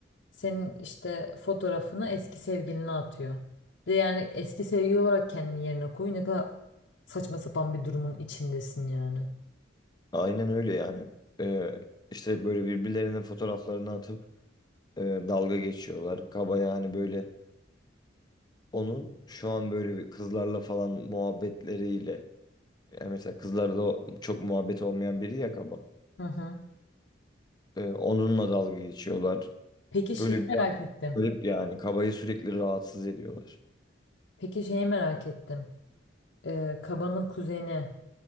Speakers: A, on the left; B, on the left.
A: senin işte fotoğrafını eski sevgiline atıyor. Bir de yani eski sevgili olarak kendini yerine koy. Ne kadar saçma sapan bir durumun içindesin yani.
B: Aynen öyle yani. Ee, işte böyle birbirlerinin fotoğraflarını atıp e, dalga geçiyorlar. Kaba yani böyle onun şu an böyle bir kızlarla falan muhabbetleriyle yani mesela kızlarla çok muhabbet olmayan biri ya kaba.
A: Hı hı.
B: Ee, onunla dalga geçiyorlar.
A: Peki
B: Böyle
A: şeyi
B: bir
A: merak ettim.
B: garip yani kabayı sürekli rahatsız ediyorlar.
A: Peki şeyi merak ettim. Ee, Kaba'nın kuzeni